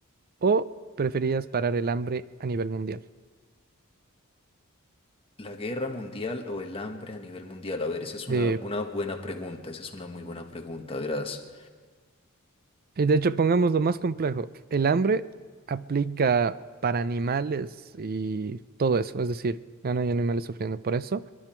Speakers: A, on the right; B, on the left.
A: o preferirías parar el hambre a nivel mundial?
B: la guerra mundial o el hambre a nivel mundial, a ver, esa es
A: Sí.
B: una, una buena pregunta, esa es una muy buena pregunta, verás.
A: Y de hecho, pongamos lo más complejo. El hambre aplica para animales y todo eso. Es decir, ya no hay animales sufriendo por eso.